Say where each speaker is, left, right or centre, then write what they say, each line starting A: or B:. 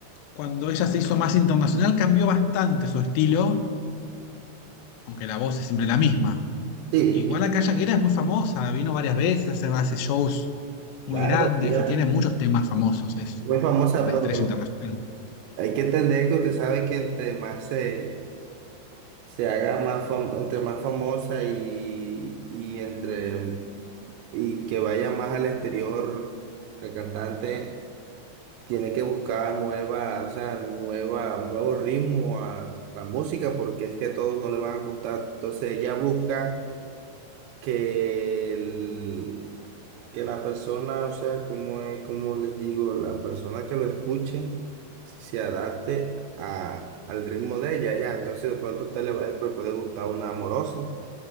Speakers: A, on the left (about 85°); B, on the right (about 85°).
A: cuando ella se hizo más internacional, cambió bastante su estilo, aunque la voz es siempre la misma.
B: Sí,
A: Igual acá Shakira es muy famosa, vino varias veces, hace, hace shows muy
B: claro,
A: grandes
B: ella
A: y tiene muchos temas famosos, es
B: es muy famosa,
A: como una
B: pero
A: estrella internacional.
B: hay que entender que usted sabe que entre más se se haga más fam- entre más famosa y, y entre y que vaya más al exterior el cantante tiene que buscar nueva, o sea, nueva, nuevo ritmo a, a la música porque es que a todos no le van a gustar. Entonces ella busca que, el- que la persona, o sea, como es, como les digo, la persona que lo escuche se adapte a- al ritmo de ella, ya. Entonces, de pronto a usted le va a poder gustar una amorosa